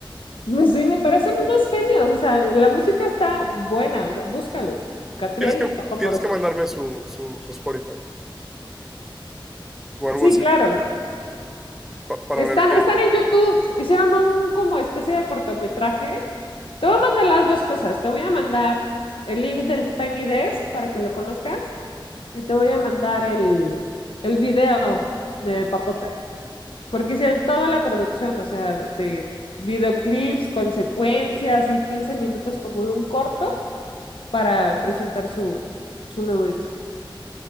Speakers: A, on the left; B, in the centre.
A: Me- Sí, me parecen unos genios, o sea, la música está buena, o sea, búscalos, Catriel
B: Tienes que,
A: y Paco
B: tienes
A: Amoroso.
B: que mandarme su, su, su Spotify o algo
A: Sí,
B: así
A: claro.
B: pa- para
A: Están,
B: ver qué.
A: están en YouTube. Hicieron un como especie de cortometraje. Te
B: Ajá,
A: voy a mandar las dos cosas. Te voy a mandar el link del Tiny Desk para que lo conozcas y te voy a mandar el, el video de Papota, porque hicieron toda la producción, o sea, de videoclips, consecuencias y 15 minutos como de un corto para presentar su, su nuevo disco.